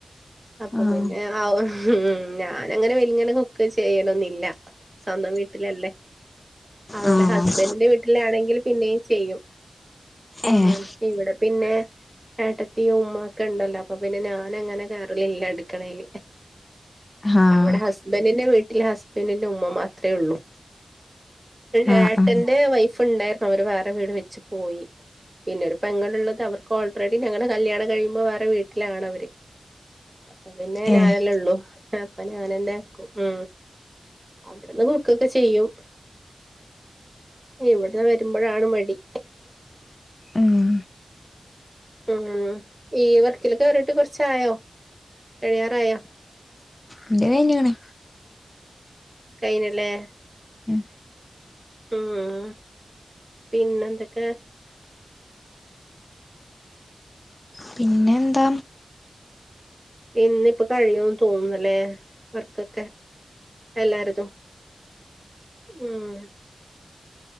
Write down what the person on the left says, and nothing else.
ആഹ്
ആഹ്
ഏഹ്
ആഹ്
ആഹ് ആഹ്
ഏഹ്
ഉം
ഇന്റെയ്ഞ്ക്ണ്.
ഉം
പിന്നെന്താ?